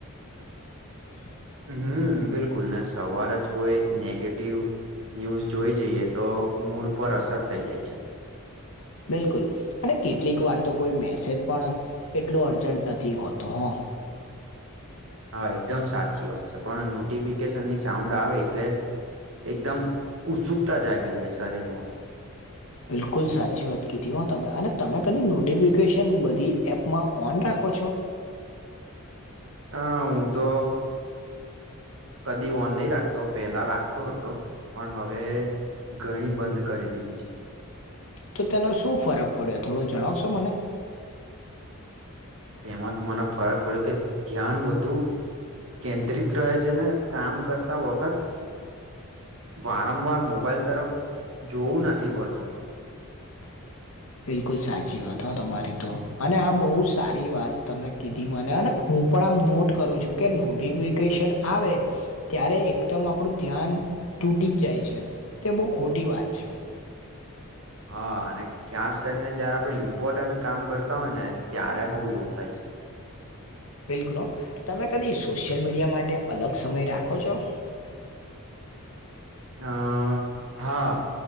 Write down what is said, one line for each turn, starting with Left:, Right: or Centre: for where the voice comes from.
Left: <inaudible>
Right: હમ બિલકુલ સવાર જ કોઈ નેગેટિવ ન્યૂઝ જોઈ જઈએ તો મૂડ પર અસર થઈ જાય છે.
Left: બિલકુલ, અને કેટલીક વાર તો કોઈ મેસેજ પણ એટલો અર્જન્ટ નથી હોતો હ.
Right: હા એકદમ સાચી વાત છે પણ નોટિફિકેશનની સાઉન્ડ આવે એટલે એકદમ ઉત્સુકતા જાગી જાય શરીરમાં.
Left: બિલકુલ સાચી વાત કીધી હો તમે અને તમે કદી નોટિફિકેશન બધી એપમાં ઓન રાખો છો?
Right: હ હું તો કદી ઓન નહી રાખતો પેલા રાખતો તો હતો, પણ હવે ઘણી બંધ કરી દીધી છે.
Left: તો તેનો શું ફરક પડ્યો થોડો જણાવશો મન?
Right: એમાં તોમને ફરક પડ્યો કે ધ્યાન બધું કેન્દ્રિત રહે છે ને કામ કરતા વખત વારંવાર મોબાઈલ તરફ જોવું નથી પડતું.
Left: <inaudible> બિલકુલ સાચી વાત હો તમારી તો અને આ બહુ સારી વાત તમે કીધી મને ને હું પણ આમ નોટ કરું છું કે નોટિફિકેશન આવે. ત્યારે એકદમ આપણું ધ્યાન તૂટી જ જાય છે, તે બહુ ખોટી વાત છે.
Right: હા અને ખાસ કરીને જયારે આપડે ઈન્ફોટેક કામ કરતા હોય ને ત્યારે બહુ એવું થાય છે.
Left: બિલકુલ, તમે કદી સોશિયલ મીડિયા માટે અલગ સમય રાખો છો?
Right: અ હા